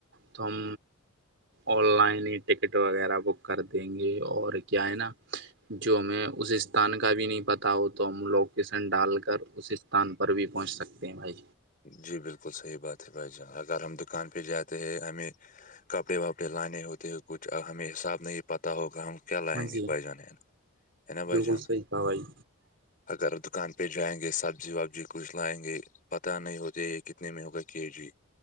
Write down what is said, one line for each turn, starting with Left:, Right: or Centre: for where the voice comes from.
Right: تو ہم آن لائن ہی ٹکٹ وغیرہ بک کر دیں گے اور کیا ہے نا جو ہم اس استان کا بھی نہیں پتا ہوتا تو ہم لوکیسن ڈال کر اس استھان پر بھی پہنچ سکتے ہیں بھائی
Left: جی بالکل صحیح بات ہے بھائی جان اگر ہم دکان پہ جاتے ہیں ہمیں کپڑے واپڑے لانے ہوتے کچھ ہمیں حساب نہیں پتہ ہوگا ہم کیا لائیں
Right: ہاں
Left: گے
Right: جی
Left: بائی جان ہے نا ہے نا بائی
Right: بالکل
Left: جان
Right: صحیح کہا بھائی
Left: اگر دکان پہ جائیں گے سبزی وبزی کچھ لائیں گے ات نہیں ہوتے یہ کتنے میں ہوگا کے جی